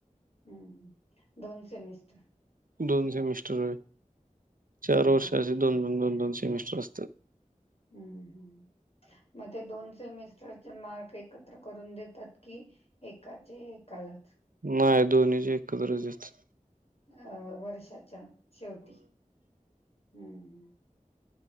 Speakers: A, on the left; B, on the right.
A: हम्म, दोन सेमिस्टर.
B: दोन सेमिस्टर होय.
A: हं,
B: चार वर्षाचे
A: हं.
B: दोन, दोन, दोन. दोन सेमिस्टर असत्यात.
A: हम्म, हम्म. मग ते दोन सेमिस्टरचे मार्क एकत्र करून देतात, की एकाचे एकालाच?
B: नाही दोन्हीचे एकत्रच देत्यात.
A: अ वर्षाच्या शेवटी, हम्म.